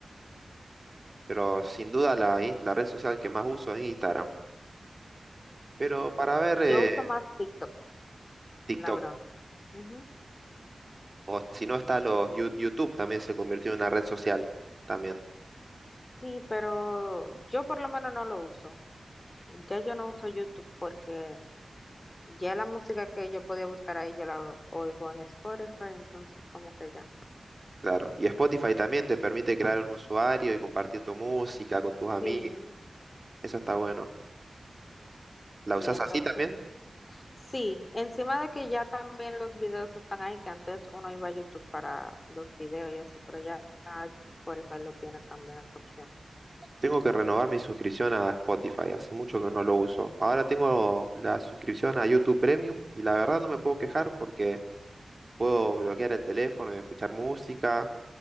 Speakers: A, on the right; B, on the left.
A: Pero sin duda la, ins- la red social que más uso es Instagram. Pero
B: Sí.
A: para ver eh,
B: Yo uso más TikTok,
A: TikTok.
B: la verdad. Ujú.
A: O si no está los Yu- YouTube también se convirtió en una red social también.
B: Sí, pero yo por lo menos no lo uso. Ya yo no uso YouTube porque ya la música que yo podía buscar ahí yo la oigo en Spotify, entonces como que ya.
A: Claro. Y Spotify también te permite crear un usuario y compartir tu música con tus amigos.
B: Sí.
A: Eso está bueno. ¿La usás
B: Sí, entonces
A: así también?
B: Sí, encima de que ya también los videos están ahí, que antes uno iba a YouTube para los videos y eso, pero ya Spotify lo tiene también esa opción.
A: Tengo que renovar mi suscripción a Spotify, hace mucho que no lo uso. Ahora tengo la suscripción a YouTube Premium y la verdad no me puedo quejar porque puedo bloquear el teléfono y escuchar música